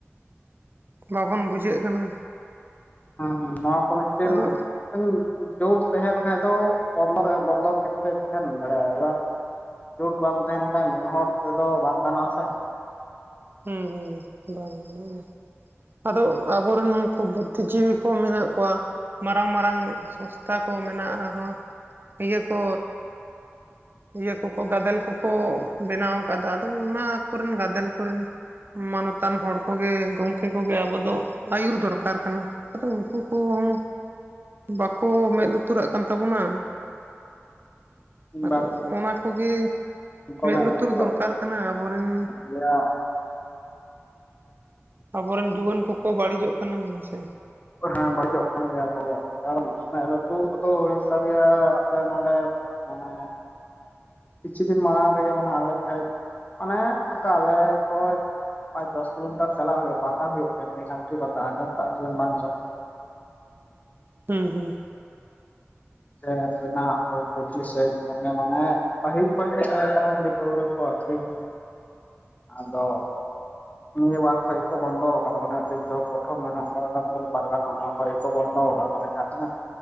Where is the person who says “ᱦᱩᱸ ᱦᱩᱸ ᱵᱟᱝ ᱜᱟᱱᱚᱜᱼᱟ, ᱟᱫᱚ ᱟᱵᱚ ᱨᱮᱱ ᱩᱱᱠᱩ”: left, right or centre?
Right